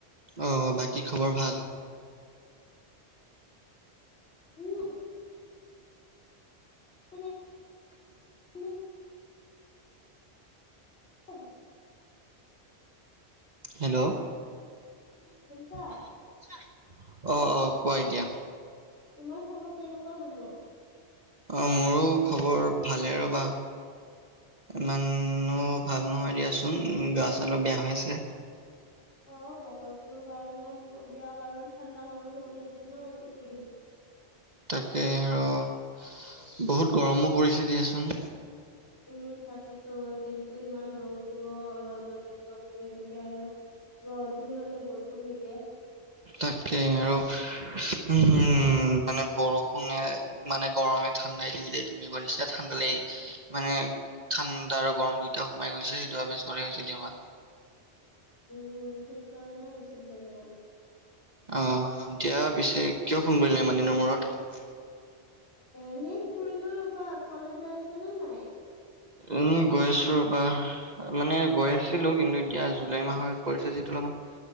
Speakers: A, on the right (about 40°); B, on the left (about 85°).
A: অ বাকী খবৰ ভাল?
B: ওতে <unintelligible> <unintelligible>
A: হেল্ল'।
B: শুনছা
A: অ শুনছা? অ অ কোৱা এতিয়া?
B: তোমাৰ খবৰ কেনেকুৱা বোলো?
A: অ মোৰো খবৰ ভালে ৰ'বা। ইমানো ভাল নহয় দিয়াচোন গা ছা অলপ বেয়া হৈছে।
B: অ বতৰটোৰ কাৰণে হ'ব দিয়া কাৰণ ঠাণ্ডা গৰম পৰি আছে ন এইকেইদিন।
A: তাকে আৰু বহুত গৰমো পৰিছে দিয়াচোন।
B: উম তাকেতো দিনটো ইমান ৰ'দ দিব ৰ'দত একদম হৈ থাকে আৰু। গধূলি হ'লে বৰষুণ দি দিয়ে।
A: তাকেই আৰু উ মানে বৰষুণে। মানে গৰমে ঠাণ্ডাই দিদিয়ে তুমি কোৱা নিচিনা ঠাণ্ডা লাগে মানে ঠাণ্ডা আৰু গৰম দুয়োটা সোমাই গৈছে সেইটো বাবে ছৰে হৈছে দে আমাৰ।
B: উম সেইকাৰণে হৈছে চাগে।
A: অ দিয়া পিছে কিয় ফোন কৰিলে ইমান দিনৰ মূৰত?
B: এ এনেই কৰিলো ৰবা কলেজ যাই আছা নে নাই?
A: উম গৈ আছো ৰবা। মানে গৈ আছিলো কিন্তু এতিয়া জুলাই মাহত পৰিছে যিটো অলপমান